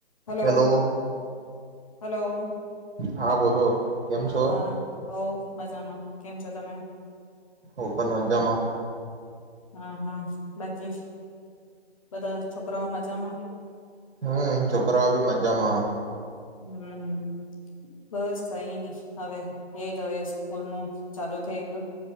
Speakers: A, on the left; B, on the right.
A: Hello
B: hello
A: hello
B: હા બોલો. કેમ
A: હા
B: છો
A: હોઉ મજામાં કેમ તો તમે
B: ઓપન મજામાં
A: હા હા બાકી, બધા છોકરાઓ મજામાં?
B: હમ્મ, છોકરોઓ બી મજામાં.
A: હમ્મ બસ કઈ નઈ હવે એ જ હવે સ્કૂલ નું ચાલુ થઈ ગયું.